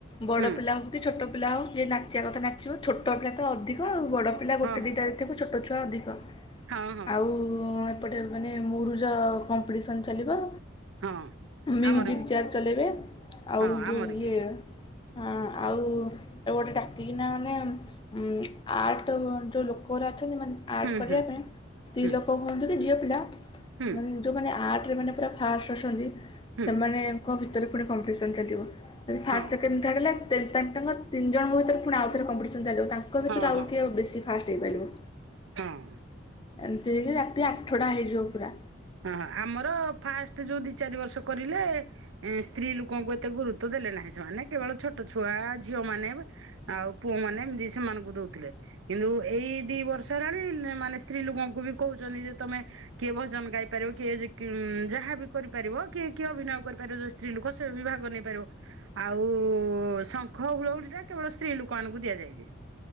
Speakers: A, on the left; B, on the right.
A: ବଡ
B: ହୁଁ
A: ପିଲା ହଉ କି ଛୋଟ ପିଲା ହଉ ଯିଏ ନାଚିବା କଥା ନାଚିବ ଛୋଟ ପିଲା ତ ଅଧିକ ଆଉ ବଡ଼ ପିଲା
B: ହଁ
A: ଗୋଟେ ଦୁଇଟାାରେ ଥିବୁ ଛୋଟ ଛୁଆ ଅଧିକ
B: ହଁ ହଁ
A: ଆଉ ଏପଟେ ମାନେ ମୁରୁଜ କମ୍ପିଟିସନ୍ ଚାଲିବ
B: ହଁ
A: ମ୍ୟୁଜିକ୍
B: ଆମର ବି
A: ଚେୟାର ଚଲେଇବେ ଆଉ
B: ହଁ
A: ଯେଉଁ
B: ଆମର
A: ଇଏ
B: ବି
A: ହଁ ଆଉ ଗୋଟେ ଡାକିକିନା ମାନେ ଉ ଆର୍ଟ ଯୋଉ ଲୋକର ମାନେ ଆର୍ଟ
B: ହୁଁ
A: କରିବା
B: ହୁଁ
A: ପାଇଁ ସ୍ତ୍ରୀ
B: ହୁଁ
A: ଲୋକ ହୁଅନ୍ତି ଗୋଟେ ଝିଅପିଲା
B: ହୁଁ
A: ମାନେ ଯୋଉମାନେନେ ଆର୍ ସେମାନେ ପୁରା ଫାଷ୍ଟ ଅଛନ୍ତି।
B: ହୁଁ
A: ସେମାନେଉଁ ଭିତରେ ପୁଣି କମ୍ପିଟିସନ ଚାଲିବ। ଫାଷ୍ଟ
B: ହଁ
A: ସେକେଣ୍ଡ ଥାଡ ହେଲା ତା ତିନି ଜଣଙ୍କ ଭିତରେ ପୁଣି ଆଉଥରେ କମ୍ପଟିସନ। ତାଙ୍କ
B: ହଁ
A: ଭିତରୁ ଆଉ
B: ହଁ
A: କିଏ ବେଶି। ଫାଷ୍ଟ ହେଇପାରିବ।
B: ହଁ
A: ଏମିତି ହେଇକି ରାତି ଆଠଟା ହେଇଯିବ ପୁରା।
B: ଓହ ଆମର ଫାଷ୍ଟ ଯୋଉ ଦି ଚାରି ବର୍ଷ କରିଲେ ଏ ସ୍ତ୍ରୀ ଲୋକଙ୍କୁ ଏତେ ଗୁରୁତ୍ୱ ଦେଲେ ନାହିଁ ସେମାନେ କେବଳ ଛୋଟ ଛୁଆ ଝିଅ ମାନେ ଆଉ ପୁଅ ମାନ ଏମତି ସେମାନଙ୍କୁ ଦଉଥିଲେ କିନ୍ତୁ ଏଇ ଦି ବର୍ଷ ହେଲାଣି ମାନେ ସ୍ତ୍ରୀ ଲୋକଙ୍କୁ ବି କହୁଛନ୍ତି ଯେ ତମେ କିଏ ଭଜନ ଗାଇ କିଏ ଯାହା ବି କରିପାରିବ କିଏ କିଏ ଅଭିନୟ କରିପାରିବ ଯ ସ୍ତ୍ରୀ ଲୋକ ସେ ବି ଭାଗ ନେଇପାରିବ ଆଉ ଶଙ୍ଖ ହୁଳହୁଳି ଟା କେବଳ ସ୍ତ୍ରୀ ଲୋକମାନଙ୍କୁ ଦିଆଯାଇଛି।